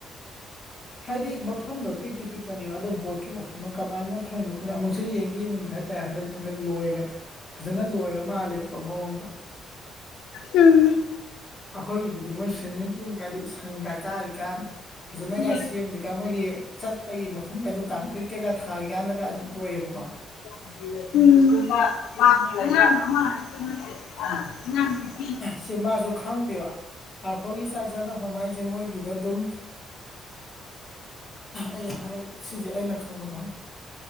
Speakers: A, on the left; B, on the left.
A: ꯍꯥꯏꯗꯤ ꯃꯐꯝꯗꯣ ꯄꯤꯛꯇꯤ ꯄꯤꯛꯄꯅꯦꯕ ꯑꯗꯣ ꯕꯣꯠ ꯀꯩꯀꯥ ꯊꯃ ꯀꯃꯥꯏꯅ ꯊꯩꯔꯤꯅꯣ ꯈꯣꯠꯅꯣ ꯑꯃꯨꯛꯁꯨ ꯌꯦꯡꯗꯤ ꯌꯦꯡꯅꯤꯡꯕ ꯍꯥꯏꯦ ꯇꯥꯏ ꯍꯟꯗꯛ ꯍꯟꯗꯛ ꯂꯣꯏꯔ ꯐꯖꯅ ꯂꯣꯏꯔ ꯃꯥꯜꯂꯦꯕꯀꯣ ꯃꯑꯣꯡꯗꯣ
B: ꯎꯝ
A: ꯑꯩꯈꯣꯏꯒꯤꯗꯨꯗꯤ ꯃꯣꯏ ꯁꯋꯤꯝꯃꯤꯡ ꯄꯨꯜ ꯀꯥꯏꯗ ꯏꯁꯪꯒ ꯀꯥꯔꯤꯀꯥꯟ ꯐꯖꯅꯒ
B: ꯎꯝ
A: ꯁꯦꯝꯗꯔꯤꯀꯟ ꯃꯣꯏꯒꯤ ꯆꯠꯄꯒꯤ ꯃꯐꯝꯒꯗꯨ ꯀꯪꯀ꯭ꯔꯤꯠꯀꯩꯀ ꯊꯥꯔꯤꯀꯥꯟꯗꯒ ꯑꯗꯨꯝ ꯑꯣꯏꯌꯦꯕꯥ ꯀꯦ
B: ꯎꯝ
A: ꯁꯤ ꯃꯥꯁꯨ ꯈꯪꯗꯦꯕ ꯑꯥꯔꯐꯣꯔꯒꯤ ꯆꯥꯛ ꯆꯥꯅꯐꯝ ꯍꯥꯏꯁꯦ ꯃꯣꯏꯗꯨꯗ ꯑꯗꯨꯝ ꯑꯩꯥ ꯍꯥꯏ ꯁꯤꯁꯦ ꯑꯩꯅ ꯈꯪꯕꯗꯣ ꯍꯥꯏ